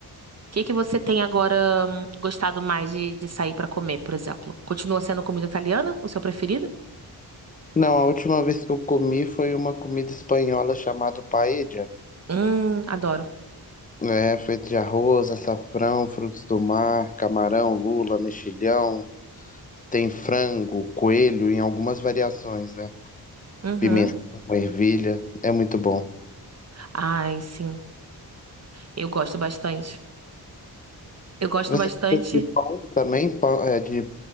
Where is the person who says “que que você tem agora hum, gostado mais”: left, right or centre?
Right